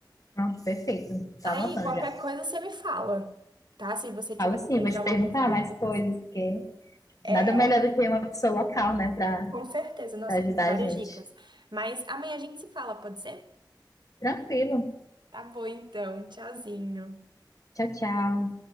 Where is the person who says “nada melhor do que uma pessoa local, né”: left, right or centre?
Left